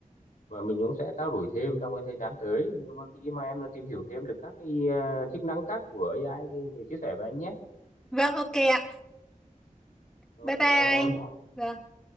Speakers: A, on the left (about 80°); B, in the centre.
A: và mình cũng sẽ trao đổi thêm trong cái thời gian tới nếu mà khi mà em đã tìm hiểu thêm được các cái ờ, chức năng khác của AI thì mình chia sẻ với anh nhé
B: Vâng, ok ạ.
A: ok
B: Bye bye anh. Vâng.